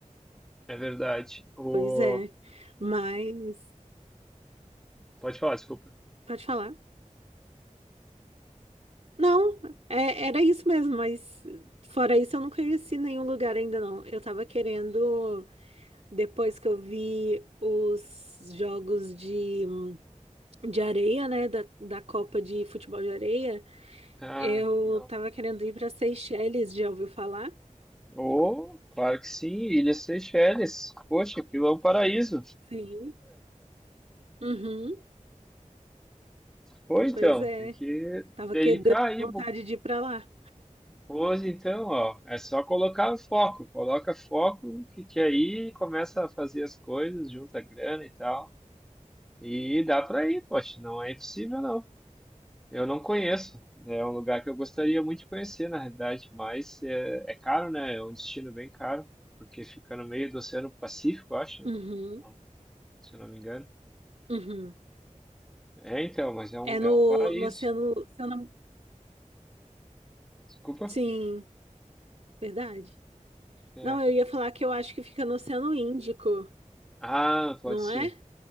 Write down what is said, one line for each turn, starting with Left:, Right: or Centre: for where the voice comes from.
Centre: é verdade. O...
Right: Pois é. Mas,
Centre: Pode falar, desculpa.
Right: pode falar. Não, é- era isso mesmo, mas fora isso eu não conheci nenhum lugar ainda não. Eu tava querendo, depois que eu vi os jogos de, de areia, né, da, da Copa de Futebol de Areia,
Centre: Ah,
Right: eu
Centre: legal.
Right: tava querendo ir para Seychelles, já ouviu falar?
Centre: Oh, claro que sim, Ilhas Seychelles. Poxa, aquilo é um paraíso.
Right: Sim. Uhum,
Centre: Pô, então,
Right: pois é.
Centre: tem que
Right: Tava
Centre: dedicar
Right: que deu
Centre: aí,
Right: vontade de ir para lá.
Centre: Pois então, ó, é só colocar o foco, coloca foco que, que aí começa a fazer as coisas, junta grana e tal. E dá para ir, poxa, não é impossível não. Eu não conheço, né, é um lugar que eu gostaria muito de conhecer, na realidade, mas é, é caro, né? É um destino bem caro, porque fica no meio do Oceano Pacífico, eu acho,
Right: Uhum.
Centre: né? Então, Se eu não me engano.
Right: Uhum.
Centre: É, então, mas é um,
Right: É
Centre: é
Right: no,
Centre: um paraíso.
Right: no Oceano, Oceano-
Centre: Desculpa.
Right: Sim, verdade.
Centre: É.
Right: Não, eu ia falar que eu acho que fica no Oceano Índico,
Centre: Ah, pode
Right: não
Centre: ser.
Right: é?